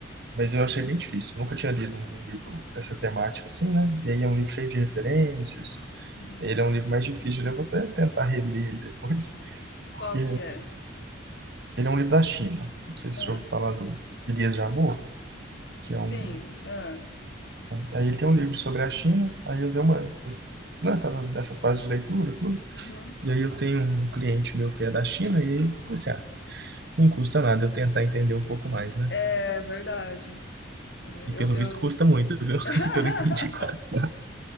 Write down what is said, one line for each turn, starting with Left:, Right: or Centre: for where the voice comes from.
Right: Mas eu achei bem difícil. Eu nunca tinha lido um livro dessa temática, assim, né? E aí é um livro cheio de referências.
Left: uhum.
Right: Ele é um livro mais difícil. Eu vou até tentar reler ele depois, <laughs> porque
Left: Qual que é?
Right: ele é um livro da China. Não sei se
Left: Ah.
Right: você já ouviu falar do Elias Jabbour, que é um
Left: Sim, é.
Right: É, Aí ele tem um livro sobre a China, aí eu dei uma. Eu, né, eu tava nessa fase de leitura, tudo.
Left: Uhum.
Right: E aí eu tenho um cliente meu que é da China, e aí eu falei assim: ah, não custa nada eu tentar entender um pouco mais, né?
Left: É verdade. É,
Right: E pelo
Left: eu, eu...
Right: visto custa muito, viu?
Left: <laughs>
Right: <laughs> Porque eu não entendi quase nada.